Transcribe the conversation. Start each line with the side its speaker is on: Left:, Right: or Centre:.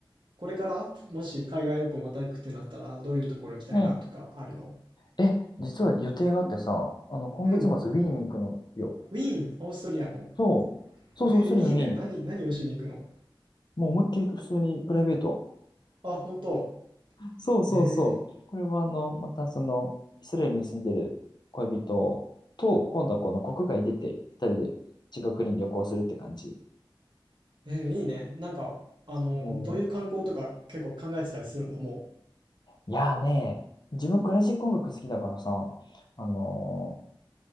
Right: これからもし海外旅行また行くってなったら、どういうところ行きたいなとかあるの
Left: うん。え、実は予定があってさ、あの、今月末、
Right: うん。
Left: ウィーンに行くのよ。
Right: ウィーン、オーストリアの。
Left: そう、そうそう、
Right: えー、
Left: それのみ、
Right: いいね。何、何をしに行くの
Left: もう思いっきり普通にプライベート。
Right: あ、本当。
Left: そうそうそう。
Right: え
Left: これはあの、またその、イスラエルに住んでる恋人と、今度はこの国外出て、二人で違う国に旅行するって感じ。
Right: ー、えー、いいね。なんか、あの、
Left: も
Right: どういう観光とか結構考えてたりするのも
Left: ういやーね、自分クラシック音楽好きだからさ、あのー